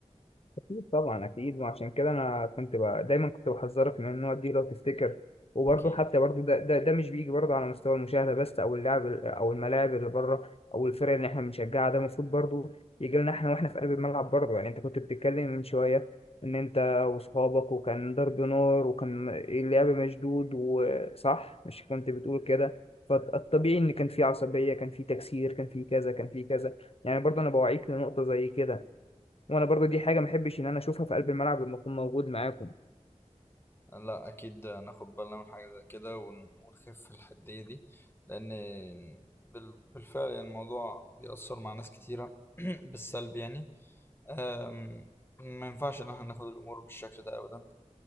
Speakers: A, on the left; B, on the left.
A: أكيد طبعا أكيد وعشان كده أنا كنت بقى دايما كنت بحذرك من النوع دي لو تفتكر وبرضه
B: أكيد
A: حتى برضه ده, ده ده مش بيجي برضه على مستوى المشاهدة بس أو اللعب أو الملاعب اللي بره أو الفرق اللي إحنا بنشجعها ده المفروض برضه يجي لنا إحنا وإحنا في قلب الملعب برضه يعني أنت كنت بتتكلم من شوية إن أنت وأصحابك وكان ضرب نار وكان اللعب مشدود وصح مش كنت بتقول كده فالطبيعي إن كان في عصبية كان في تكسير كان في كذا كان في كذا يعني برضه أنا بوعيك لنقطة زي كده وانا برضو دي حاجه ما احبش ان انا اشوفها في قلب الملعب لما اكون موجود معاكم
B: لا اكيد ناخد بالنا من حاجه زي كده ون- ونخف الحديه دي لان بال- بالفعل يعني الموضوع بيأثر مع ناس كتيره <clears throat> بالسلب يعني أم، ما ينفعش ان احنا ناخد الامور بالشكل ده ابدا